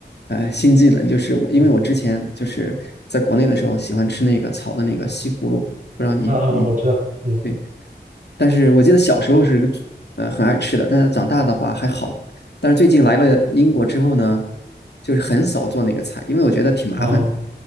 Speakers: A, on the left (about 65°); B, on the right (about 45°).
A: 呃新技能，就是我因为我之前就是在国内的时候喜欢吃那个炒的那个西葫芦，
B: 嗯
A: 不知道你你
B: 嗯嗯，我知道，嗯
A: 对但是我记得小时候是呃很爱吃的，但是长大的话还好。但是最近来了英国之后呢，就是很少做那个菜，因为我觉得挺麻烦的。
B: 啊